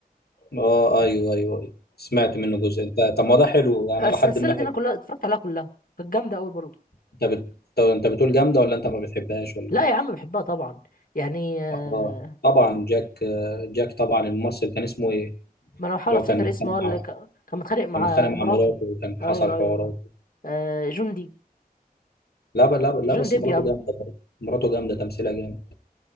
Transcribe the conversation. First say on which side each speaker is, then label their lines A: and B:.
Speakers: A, on the left; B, on the left.
A: اه ايوه ايوه ايوه سمعت منه جزء انت طب ما ده حلو يعني
B: السلسله
A: لحد ما
B: دي
A: حلو.
B: انا كلها اتفرجت عليها كلها كانت جامده قوي برضو
A: انت بت... طب انت بتقول جامدة ولا انت ما بتحبهاش ولا
B: لا
A: ايه
B: يا عم بحبها طبعا يعني آه،
A: اه طبعا جاك آه، جاك طبعا الممثل كان اسمه ايه
B: ما انا بحاول
A: اللي
B: افتكر
A: هو كان متخانق
B: اسمه هو
A: مع
B: اللي ك- كان متخانق مع
A: كان متخانق
B: مراته
A: مع مراته وكان حصل
B: ايوه
A: حوارات
B: ايوه آه، جون دي
A: لا ب- لا ب- لا
B: جون
A: بس
B: ديب
A: مراته
B: يا عم
A: جامده برضه مراته جامده تمثيلها جامد